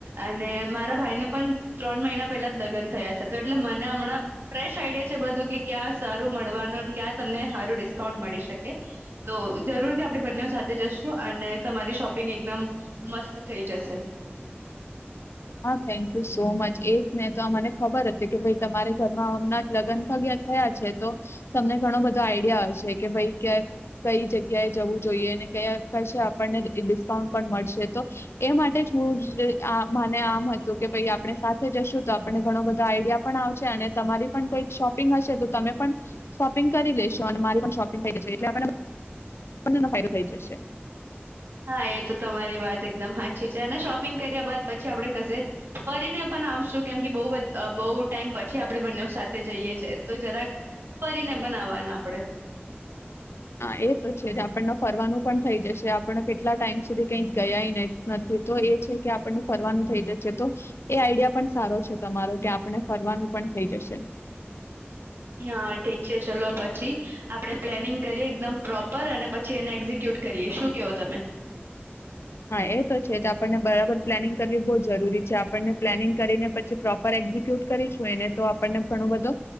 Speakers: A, on the right; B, on the left.
A: અને મારા ભાઈને પણ ત્રણ મહિના પહેલા જ લગ્ન થયા છે તો એટલે મને હમણાં ફ્રેશ આઈડિયા છે બધું કે ક્યાં સારું મળવાનું ક્યાં તમને હારું ડિસ્કાઉન્ટ મળી શકે તો જરૂરથી આપણે બંને સાથે જશું અને તમારી શોપિંગ એકદમ મસ્ત થઈ જશે.
B: હા થેન્ક યુ સો મચ એ જ ને તો મને ખબર હતી કે ભઈ તમારે ઘરમાં હમણાં લગન ગ્યા થયા છે તો તમને ઘણો બધો આઈડિયા હશે કે ભાઈ ક્યાં કઈ જગ્યાએ જવું જોઈએ અને કયા કશે આપણને ડિસ્કાઉન્ટ પણ મળશે તો એ માટે જ હું <unintelligible> <unintelligible> મને આમ હતું કે ભાઈ આપણે સાથે જશું તો આપણને ઘણો બધો આઈડિયા પણ આવશે અને તમારી પણ કઈક શોપિંગ હશે તો તમે પણ શોપિંગ કરી લેશો અને મારી પણ શોપિંગ થઈ જશે એટલે આપ પણ તેનો ફાયદો થઈ જશે.
A: હા એ તો તમારી વાત એકદમ હાચી છે, અને શોપિંગ કર્યા બાદ પછી આપણે કશે ફરીને પણ આવશું કેમ કે બોવ બ બોવ ટાઈમ પછી આપણે બંને સાથે જઈએ છે તો જરાક ફરીને પણ આવવાના આપણેે
B: હા, એ તો છે આપણને ફરવાનું પણ થઈ જશે આપણ કેટલા ટાઈમ સુધી કંઈક ગયા નથી, તો એ છે કે આપણ ફરવાનું થઈ જશે તો એ આઈડિયા પણ સારો છે તમારો કે આપણે ફરવાનું પણ થઈ જશે
A: હા, ઠીક છે, ચલો પછી આપડે પ્લેનિંગ કરીએ એકદમ પ્રોપર અને પછી એને એક્ઝિક્યુટ કરીએ શું કેવો તમે
B: હા, એ તો છે જ આપણને બરાબર પ્લાનિંગ કરવી બહુ જરૂરી છે, આપણને પ્લાનિંગ કરીને પછી પ્રોપર એક્ઝિક્યુટ કરીશું એને તો આપણને ઘણો બધો